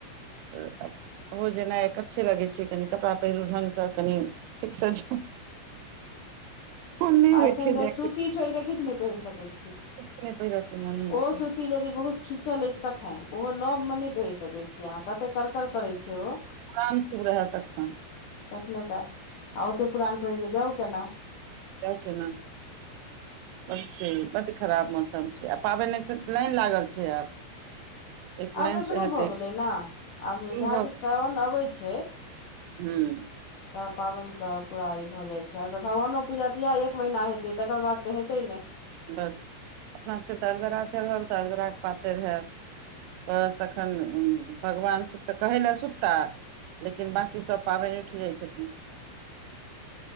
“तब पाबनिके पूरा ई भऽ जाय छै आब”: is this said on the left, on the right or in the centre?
Left